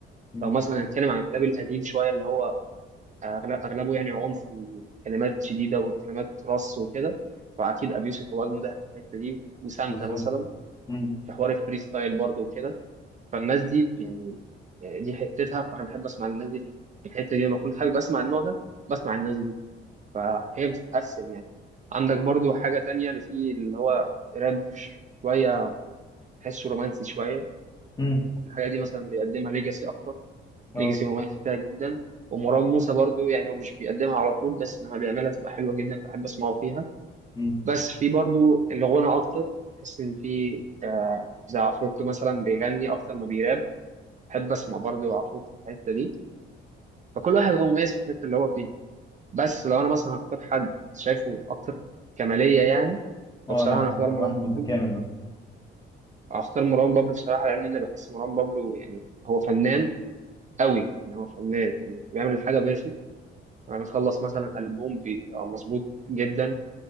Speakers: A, on the left; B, on the right.
A: مم.
B: لو مثلا هنتكلم عن الراب القديم شويه اللي هو أغل- اغلبه يعني عنف وكلمات شديده وكلمات رص وكده فاكيد ابي يوسف هو اجمد واحد في الحته دي وسانتا
A: بالظبط
B: مثلا
A: مم.
B: في حوار الفري ستايل برضه وكده فالناس دي يعني دي حتتها فانا بحب اسمع الناس دي في الحته دي لما اكون حابب اسمع النوع ده بسمع الناس دي فهي بتتقسم يعني عندك برضه حاجه تانية اللي فيه اللي هو راب ش- شويه تحسه رومانسي شويه
A: امم
B: الحاجه دي مثلا بيقدمها ليجاسي اكتر
A: أه
B: ليجاسي مميز فيها جدا ومروان موسى برضو يعني هو مش بيقدمها على طول بس لما بيعملها بتبقى حلوه جدا فبحب اسمعه فيها
A: مم.
B: بس في برضو الغنى اكتر بحس ان في آه، زي عفروتو مثلا بيغني اكتر ما بيراب بحب اسمع برضو عفروتو في الحته دي فكل واحد هو مميز في الحته اللي هو فيها بس لو انا مثلا هختار حد شايفه اكتر كماليه يعني
A: اه
B: فبصراحه
A: انا
B: انا هختار
A: أنا
B: مروان
A: واحد متكامل
B: بابلو
A: مثلا
B: هختار مروان بابلو بصراحه لان انا بحس مروان بابلو يعني هو فنان قوي يعني هو فنان يعني بيعمل حاجه بيرفكت انا مخلص مثلا البوم بيبقى مظبوط جدا